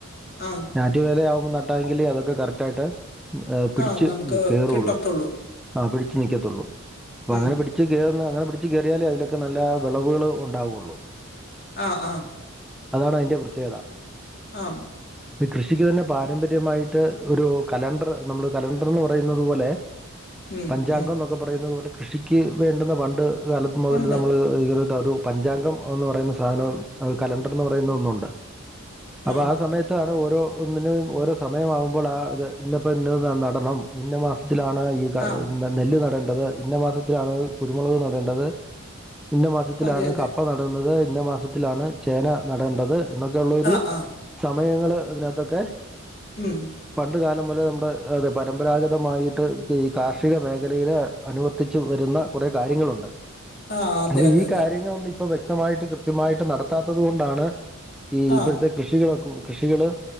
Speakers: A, on the left; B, in the centre.
A: ആഹ്
B: ഞാറ്റുവേലയാവുമ്പോ നട്ടാ എങ്കിലേ അതൊക്കെ കരക്റ്റായ്ട്ട് ഉം എഹ് പിടിച്ച്
A: ആ നമുക്ക്
B: കേറൊള്ളൂ
A: കിട്ടത്തുള്ളൂ
B: ആഹ് പിടിച്ച് നിക്ക്യത്തുള്ളൂ പ്പഅങ്ങനെ
A: ഉം
B: പിടിച്ച്കേർന്ന അങ്ങനെ പിടിച്ച് കേറ്യാലേ അത്‌ലും ക്കനല്ല വെളവേള് ഉണ്ടാവുള്ളൂ
A: ആഹ് ആഹ്
B: അതാണ് അയ്ന്റെ പ്രത്യേകത
A: ആം
B: കൃഷിക്ക് തന്നെ പാരമ്പര്യമായിട്ട് ഒരു കലണ്ടർ നമ്മള് കലണ്ടർന്ന് പറയുന്നത് പോലെ
A: ഉം
B: പഞ്ചാങ്കം
A: ഉം
B: ന്നൊക്ക പറയുന്നത് പോലെ കൃഷിക്ക് വേണ്ടുന്ന പണ്ട് ഗാലത്ത് മുതൽ
A: ഉണ്ട്
B: നമ്ള് <unintelligible> ഒരു പഞ്ചാങ്കം ഒന്ന് പറയുന്ന സാധനം അത്കലണ്ടർന്ന് പറയുന്ന ഒന്നുണ്ട് അപ്പാ
A: ആം
B: ആഹ് സമയ ത്താണ് ഓരോ ഒന്നിനും ഓരോ സമയമാവുമ്പളാത് ഇന്നപ്പ ഇന്നത് നട് നടണം ഇന്നമാസ്ത്തിലാണ് ഈ ക
A: ആം
B: ന്നനെല്ല് നടേണ്ടത് ഇന്ന മാസത്തിലാണ് കുരുമുളക് നടേണ്ടത് ഇന്ന മാസത്തിലാണ്
A: അതെ അതെ
B: കപ്പ നടുന്നത് ഇന്ന മാസത്തിലാണ് ചേന നടേണ്ടത് എന്നക്കെള്ളൊരു
A: ആ ആ
B: സമയങ്ങൾ അതിനകത്തൊക്കെ
A: ഉം
B: പണ്ട് കാലം മുതലേ നമ്ടെ അതെ പരമ്പരാഗതമായീട്ട് ക്ക് ഈ കാർഷിക മേഖലയിലേ അനുവത്തിച്ച് വരുന്ന കൊറേ കാര്യങ്ങളുണ്ട്
A: ആ അതെ
B: അപഈ
A: അതെ അതെ
B: കാര്യങ്ങളൊന്നും ഇപ്പ വ്യക്തമായിട്ട് കൃത്യമായിട്ട് നടത്താത്തത് കൊണ്ടാണ് ഈ
A: ആ
B: ഇബ്ട്ത്തെ കൃഷി കളക്കും കൃഷികള്